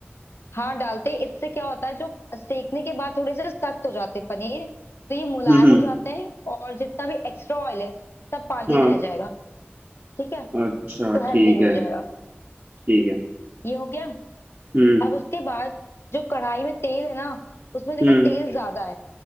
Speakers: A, on the left; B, on the right.
A: हाँ डालते हैं। इससे क्या होता है जो सेकने के बाद थोड़े से सख्त हो जाते हैं पनीर तो ये मुलायम
B: हम्म हम्म,
A: हो जाते हैं और जितना भी एक्स्ट्रा ऑयल है सब पानी
B: हाँ
A: में रह जाएगा ठीक है
B: अच्छा
A: तो
B: ठीक
A: हेल्दी भी हो
B: है
A: जाएगा
B: ठीक है
A: ये हो गया
B: हम्म
A: अब उसके बाद जो कढ़ाई में तेल है ना उसमें देखो
B: हम्म
A: तेल ज्यादा है